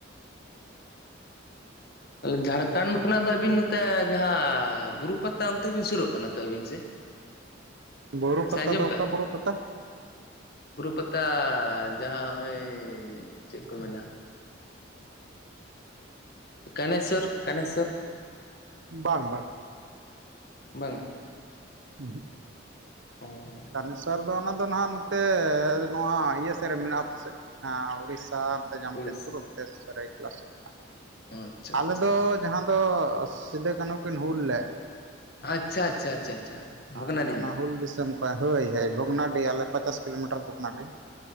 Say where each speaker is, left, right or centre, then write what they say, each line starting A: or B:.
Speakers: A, on the left; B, on the right.
A: ᱛᱟᱦᱚᱞᱮ ᱡᱷᱟᱲᱠᱷᱚᱱᱰ ᱠᱷᱚᱱᱟᱜ ᱫᱚ ᱟᱹᱵᱤᱱ ᱱᱚᱛᱮ ᱡᱟᱦᱟᱸ ᱵᱩᱨᱩ ᱯᱟᱛᱟ ᱚᱱᱛᱮ ᱵᱤᱱ ᱥᱩᱨᱚᱜ ᱠᱟᱱᱟ ᱛᱚ ᱟᱹᱵᱤᱱ ᱥᱮ
B: <inaudible> ᱯᱟᱛᱟ
A: ᱥᱮ ᱟᱸᱡᱚᱢ
B: ᱫᱚ
A: ᱠᱟᱜ
B: ᱚᱠᱟ
A: ᱵᱤᱱ
B: ᱵᱩᱨᱩ ᱯᱟᱛᱟ
A: ᱵᱩᱨᱩ ᱯᱟᱛᱟ ᱡᱟᱦᱟᱸ ᱱᱚᱜᱼᱚᱭ ᱪᱮᱫ ᱠᱚ ᱢᱮ ᱠᱟᱱᱟᱭᱥᱚᱨ ᱠᱟᱱᱟᱭᱥᱚᱨ
B: ᱵᱟᱝ ᱵᱟᱝ
A: ᱵᱟᱝᱟ
B: ᱩᱦᱩᱜ
A: <unintelligible>
B: ᱠᱟᱱᱟᱭᱥᱚᱨ ᱫᱚ ᱚᱱᱟ ᱫᱚ ᱦᱟᱜ ᱱᱚ ᱛᱮ ᱱᱚᱣᱟ ᱤᱭᱟᱹ ᱥᱮᱫ ᱨᱮ ᱢᱮᱱᱟᱜ ᱟᱯᱮ ᱥᱮᱫ ᱩᱲᱤᱥ ᱥᱟ ᱡᱟᱢᱥᱮᱫᱽᱯᱩᱨ
A: ᱩᱲᱤᱥᱥᱟ
B: <unintelligible> ᱥᱨᱟᱭᱠᱮᱞᱟ ᱥᱮᱫ
A: ᱟᱪᱪᱷᱟ
B: ᱟᱞᱮ
A: ᱟᱪᱪᱷᱟ
B: ᱫᱚ ᱡᱟᱦᱟᱸ ᱫᱚ ᱥᱤᱫᱩ ᱠᱟᱹᱱᱦᱩ ᱠᱤᱱ ᱦᱩᱞ ᱞᱮᱫ
A: ᱟᱪᱪᱷᱟ ᱟᱪᱪᱷᱟ
B: ᱞᱮᱫ
A: ᱵᱷᱩᱜᱽᱱᱟᱰᱤ
B: ᱚᱱᱟ ᱦᱩᱞ ᱫᱤᱥᱚᱢ ᱦᱳᱭ ᱦᱳᱭ ᱵᱷᱚᱜᱽᱱᱟᱰᱤ ᱟᱞᱮ ᱯᱚᱪᱟᱥ ᱠᱤᱞᱳ ᱢᱤᱴᱟᱨ ᱵᱷᱚᱜᱽᱱᱟᱰᱤ